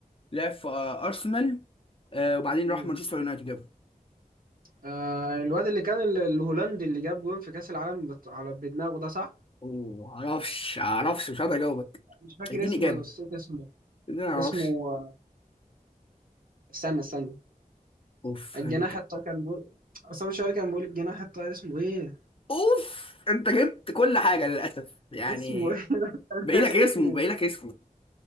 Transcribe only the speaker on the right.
مم.
آه. الواد اللي كان ال- الهولندي اللي جاب جون في كأس العالم بت... على بدماغه ده صح؟
مش فاكر
اسمه
نسيت اسمه
اسمه آه، استنى استنى
الجناح
الطاير كان بيقول اصلا شوية كان بيقول الجناح الطاير اسمه ايه؟
اسمه ايه؟ <laughs> أنا
ناسي
اسمه